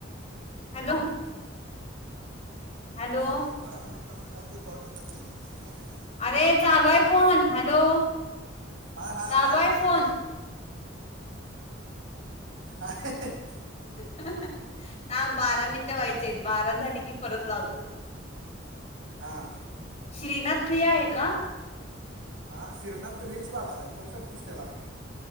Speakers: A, on the left (about 35°); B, on the right (about 80°).
A: hello! हॅलो
B: लय बारा मिनटं फोन जे कॉट होत्यात तेनी
A: अरे चालोय फोन. हॅलो!
B: हाय-हाय-हाय-हाय-हाय-हाय-
A: चालू आहे फोन
B: हाय. <inaudible>
A: <inaudible> थांब बारा मिनिटं व्हायचे आहेत बारा झाली की परत लावतो.
B: हां
A: श्रीनाथ प्रिया आहे का?
B: हा श्रीनाथ तर रील्स बघालाय करू शकतीस त्याला फोन.